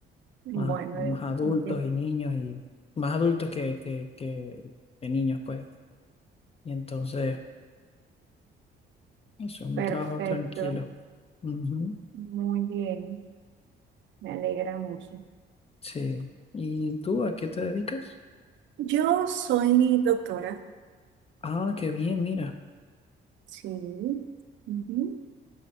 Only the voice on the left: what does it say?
Más, más
adultos
y niños y más adultos que, que, que, que niños, pues. Y entonces, es un
trabajo tranquilo. Ujú.
Sí. ¿Y tú a qué te dedicas?
Ah, qué bien, mira.